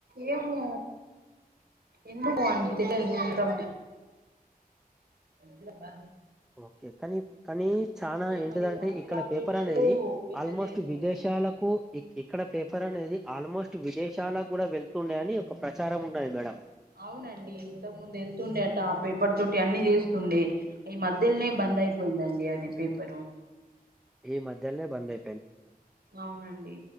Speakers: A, on the right; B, in the centre.
A: ఏమో ఎందుకో అండి తెలియదు ఇంతము ఇవా బా
B: ఓకే కానీ కానీ చానా ఏంటిదంటే
A: మరి ఆ మధ్యల
B: ఇక్కడ పేపర్
A: పేపరు
B: అనేది
A: వెళ్ళలేదు
B: ఆల్మోస్ట్ విదేశాలకు ఇక్ ఇక్కడ పేపర్ అనేది ఆల్మోస్ట్ విదేశాలకు కూడా వెళ్తుండే అని ఒక ప్రచారం ఉన్నది మేడం
A: అవునండి ఇంతకు ముందు ఎళ్తుండే అట ఆ పేపర్ తోటి అన్ని చేస్తుండే ఈ మధ్యలోనే బంద్ అయిపోయిందండి అది పేపరు
B: ఈ మధ్యల్నే బందయీ
A: అవునండి